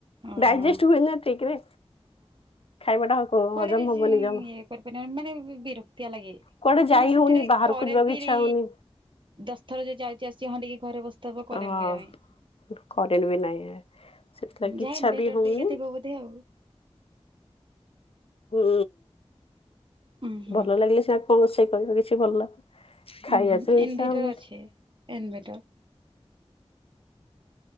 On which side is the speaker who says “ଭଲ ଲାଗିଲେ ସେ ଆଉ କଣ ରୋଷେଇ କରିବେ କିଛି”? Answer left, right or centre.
Left